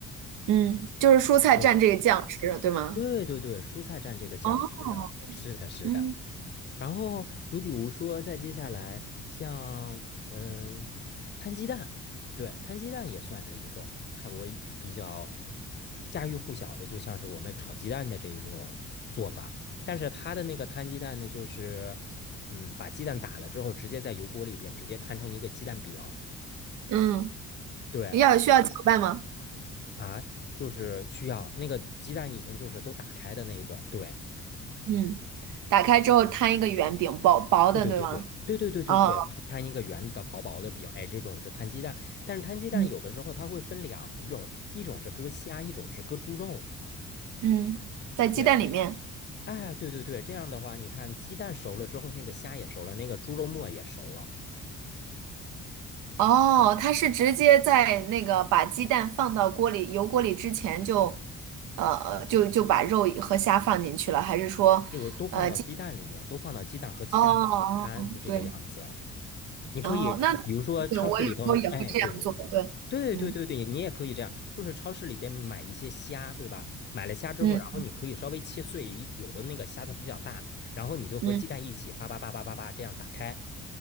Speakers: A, on the right; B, on the left.
A: 嗯，就是蔬菜蘸这个酱吃，
B: 对
A: 对吗？
B: 对对对，蔬菜蘸这个酱汁的，
A: 哦，
B: 是的，是的。
A: 嗯
B: 然后你比如说，再接下来像嗯，摊鸡蛋，对，摊鸡蛋也算是一个泰国一比较家喻户晓的，就像是我们炒鸡蛋的这一种做法。但是它的那个摊鸡蛋呢，就是嗯，把鸡蛋打了之后，直接在油锅里边直接摊成一个鸡蛋饼。
A: 嗯，
B: 对
A: 要需要搅拌吗？
B: 啊，就是需要那个鸡蛋已经就是都打开的那一种，对。
A: 嗯，打开之后摊一个圆饼，薄薄的，
B: 对对对对对对对对对啊，
A: 对吗？哦，
B: 摊一个圆的薄薄的饼，哎，这种是摊鸡蛋，但是摊鸡蛋有的时候它会分两种，
A: 嗯
B: 一种是搁虾，一种是搁猪肉。
A: 嗯，在鸡蛋里面。
B: 对，哎，对对对，这样的话，你看鸡蛋熟了之后，那个虾也熟了，那个猪肉末也熟了，
A: 哦，它是直接在那个把鸡蛋放到锅里油锅里之前就，呃，就就把肉和虾放进去了，还是说，
B: 就都放到鸡蛋里面，
A: 呃，鸡？
B: 都放到鸡蛋和鸡蛋一起摊，
A: 哦哦，哦对，
B: 是这个样子啊。你可以超，
A: 哦，那
B: 比如说超市里头，
A: 对我有时候也会这样做，
B: 哎，对对
A: 对，
B: 对对对对，
A: 嗯
B: 你也可以这样，就是超市里边买一些虾，对吧？买了虾之后，
A: 嗯
B: 然后你可以稍微切碎一有的那个虾它比较大，然后你就和鸡蛋一起叭叭叭叭叭叭这样打开，
A: 嗯